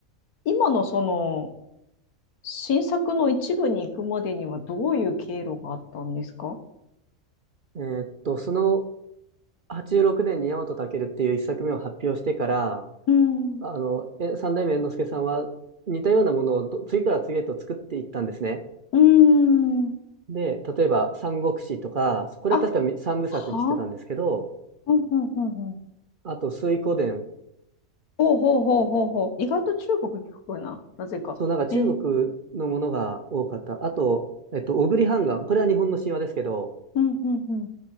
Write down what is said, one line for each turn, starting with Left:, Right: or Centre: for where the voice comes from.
Left: 今のその新作の一部に行くまでにはどういう経路があったんですか
Right: えーっと、その86年に大和健っていう一作目を発表してから、
Left: うん。
Right: あの、え、三代目猿之助さんは似たようなものをど次から次へと作っていったんですね。
Left: うん。ん
Right: で、例えば、三国志とか、これは確か三部作にしてたんですけど、
Left: あ、はあ。ほうんうんうん。
Right: あと、水滸伝、
Left: ほうほうほうほうほう。意外と中国聞くな。なぜか。
Right: そう、なんか中国のものが多かった。
Left: えー
Right: あと、えっと、小栗半ンこれは日本の神話ですけど、
Left: うんうん